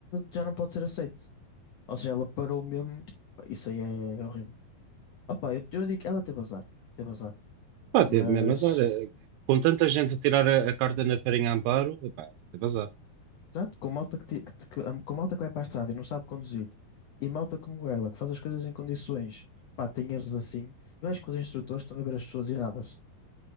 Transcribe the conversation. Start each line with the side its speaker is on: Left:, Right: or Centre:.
Left: já não pode ser aceito. Ou seja, ela parou mesmo. tipo, Isso aí é é horrível. Opa, eu, eu digo, que ela teve azar. Teve azar.
Right: Pá,
Left: Mas,
Right: teve mesmo azar. Eh, Com tanta gente a tirar a, a carta na farinha a Amparo, pá, teve azar.
Left: exato, com malta que, ti- que, te- que- com malta que vai para a estrada e não sabe conduzir, e malta como ela, que faz as coisas em condições, pá, tem erros assim. Eu acho que os instrutores estão a ver as pessoas erradas.